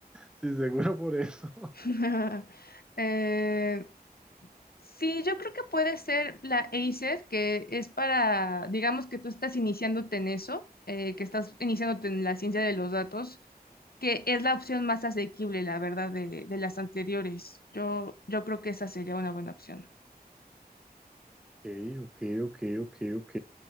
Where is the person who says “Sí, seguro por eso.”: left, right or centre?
Centre